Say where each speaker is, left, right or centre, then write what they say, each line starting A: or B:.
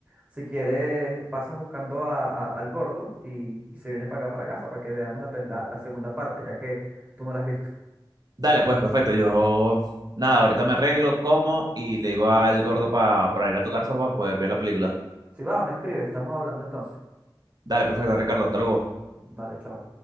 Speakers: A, on the right (about 15°); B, on the right (about 50°).
A: si quieres, pasas buscando a- a- al gordo y, y se viene para acá, para casa, para que veamos la, pel- la la segunda parte, ya que tú no la has visto.
B: Dale, pues perfecto. Yo, nada, ahorita me arreglo, como y le digo al gordo pa- para ir a tu casa para poder ver la película.
A: Si va, me escribes, estamos hablando entonces.
B: Dale, perfecto, Ricardo, hasta luego.
A: Vale, chao.